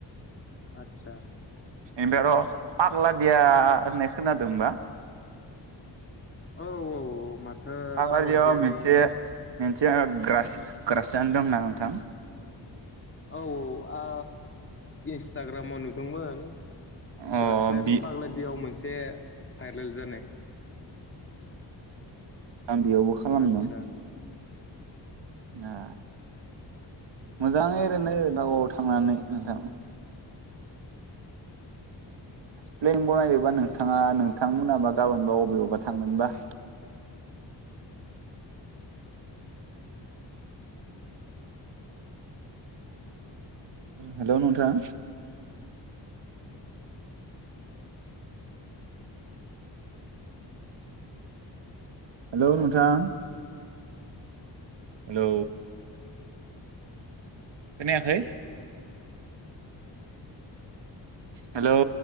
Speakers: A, on the left; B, on the right.
A: आतसा।
B: ओमफाय आर' पाग्लादिया होननाय खोनादोंबा।
A: औ औ मा ओ
B: पाग्लादियाव
A: पाग्ला दियानि
B: मोनसे मोनसे ग्रास ग्रासालेन दोंना नोंथां?
A: औ औ आ इन्स्टाग्रामाव नुदोंमोन
B: अ
A: ग्रासलण्ड
B: बि
A: पाग्ला दियाव मोन एसे भाइरेल जानाय
B: आं बेयावबो खालामदों।
A: आदसा
B: ए मोजाङै ओरैनो दारागाव थांनानै नोंथां। प्लेन बनायनोबा नोंथाङा नोंथां मोनाबा गाबोनबा अबे आवबा थांगोनबा। हेलौ नोंथां हेलौ नोंथां। हेलौ खोनायाखै। हेलौ।